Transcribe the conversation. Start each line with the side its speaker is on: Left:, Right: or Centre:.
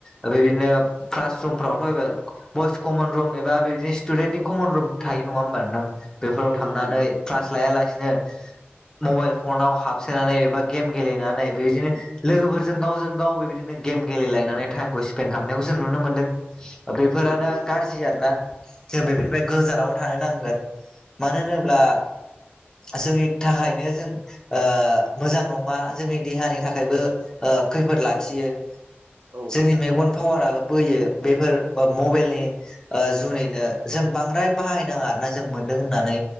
Left: बेबायदिनो क्लास रुमफ्रावथ' बयस कमन रुम एबा बिदिनो स्टुडेन्टनि कमन रुम थायो नङा होमबा नोंथां बेफोराव
Right: औ
Left: थांनानै
Right: नंगौ
Left: क्लास लायालासेनो मबाइल फनाव हाब सोनानै एबा गेम गेलेनानै बेबायदिनो लोगोफोरजों गावजों गाव बेबायदिनो गेम गेलायनानै टाइमखौ पेन खालामनायखौ जों नुनो मोनदों बेफोरानो
Right: औ
Left: गाज्रि आर ना जों बेफोरनिफ्राय गोजानावनो थानो नांगोन मानो होनोब्ला जोंनि थाखायनो जों ओ मोजां नङा जोंनि देहानि थाखायबो खैफोद लाखियो
Right: औ
Left: जोंनि मेगन पावाराबो बोयो बेफोर मबाइलनि जुनैनो जों बांद्राय बाहायनाङा आर ना जों मोनदों होननानै